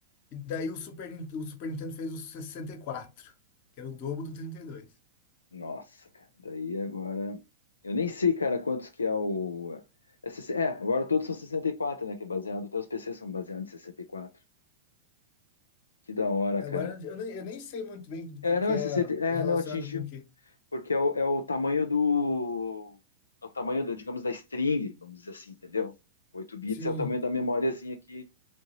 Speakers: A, on the left; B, on the left.
A: E daí o Super, Nin- o Super Nintendo fez o 64 que era o dobro do 32.
B: Nossa, cara. Daí agora. Eu nem sei, cara, quantos que é o. É, 60 é, agora todos são 64, né? Que é baseado. Até os PCs são baseados em sessenta e quatro, Que da hora,
A: Agora
B: cara.
A: eu nem, eu nem sei muito bem do que,
B: É,
A: que
B: não, é
A: é
B: 60. É,
A: relacionado
B: não, atingiu.
A: com o quê.
B: Porque é o, é o tamanho do. É o tamanho, da, digamos, da string, vamos dizer assim, entendeu? Oito bits
A: Sim,
B: é o tamanho da memóriazinha aqui.